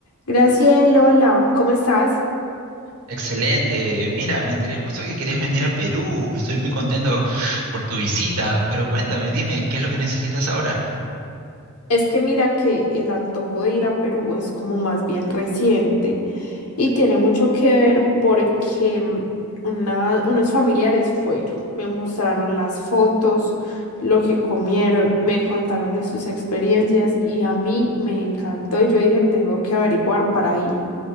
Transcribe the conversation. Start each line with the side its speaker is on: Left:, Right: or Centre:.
Left: Graciela, hola, ¿cómo estás?
Right: Excelente. Mira, me enteré justo que querías venir a Perú. Estoy muy contento por tu visita, pero cuéntame, dime, ¿qué es lo que necesitas ahora?
Left: Es que mira que el antojo de ir a Perú es como más bien reciente. Y tiene mucho que ver porque mm, una- unos familiares fueron, me mostraron las fotos, lo que comieron, me contaron de sus experiencias y a mí me encantó y yo dije, tengo que averiguar para ir.